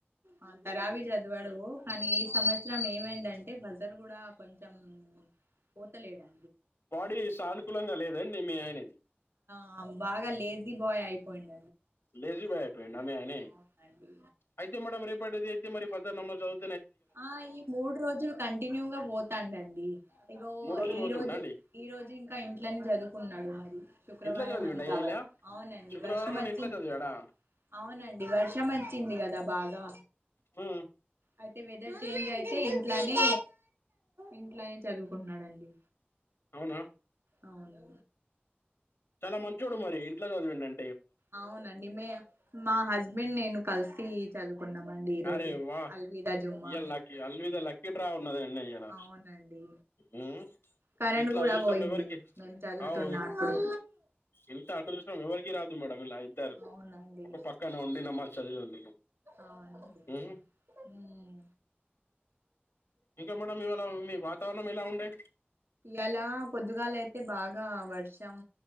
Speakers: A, on the right; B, on the left.
A: ఆ తరాబీ చదివడు కానీ ఈ సంవత్సరం ఏమైందంటే వజర్ గుడా కొంచెం పోతలేడా
B: బాడీ సానుకూలంగా లేదండి మీ అంతే లేండి
A: ఆ బాగా లేజీ బాయ్ అయిపోయిండ
B: లేజీ బాయ్ అయిపోయిండా మీ ఆయనే
A: అవునండి
B: అయితే మేడం రేప్ అడేది ఏంటిది మరి ఫజర్ నమాజ్ చదు
A: ఆ ఈ మూడు రోజులు కంటిన్యూగా పోతాండండి. ఇగో
B: మూడు రోజులు
A: ఈ
B: పోతుండా
A: రోజు
B: అండి
A: ఈ రోజు ఇంకా ఇంట్లనే చదువుకున్నాడు మరి శుక్రవారం
B: ఇంట్లో చదివిండా
A: అని కావచ్
B: ఇయ్యాల
A: అవునండి
B: శుక్రవారం
A: వర్షం
B: అని
A: వచ్చింది
B: ఇంట్లో చదివాడా
A: ఎటు అవునండి వర్షం వచ్చింది క ఇంత బాగా
B: ఆ
A: అయితే వెదర్ చేంజ్ అయితే ఇంట్లనే ఇంట్లనే చదువుకుంన్నాడండి.
B: అవునా
A: అవును.
B: చాలా మంచోడు మరి ఇంట్ల చదివిండం
A: అవునండి. మే మా హస్బెండ్ నేను కల్సి కొన్నామండి ఈ రోజు
B: అరే వా
A: అల్విదా జుమ్మా
B: ఇయ్యాల లక్కీ అల్విద లక్కీ డ్రా ఉన్నది ఉన్న ఇయ్యాల
A: అవునండి
B: హు
A: కరెంట్
B: ఇట్లా
A: కూడా
B: అదృష్టం
A: పోయింది
B: ఎవరికి
A: మేము చదువుతున్నా
B: ఆవు
A: అప్పుడు
B: ఇంత అదృష్టం ఎవరికి రాదు మేడం ఇలా ఇద్దరు
A: అవునండి
B: ఒక్క పక్కనే ఉండిన చల్ ఉం
A: అవునండి
B: ఏ
A: ఉమ్
B: ఇంకా మేడంమ్ ఇవాళ మీ వాతావరణం ఎలా ఉండే
A: ఇలా పొద్దుగాల అయితే బాగా వర్షం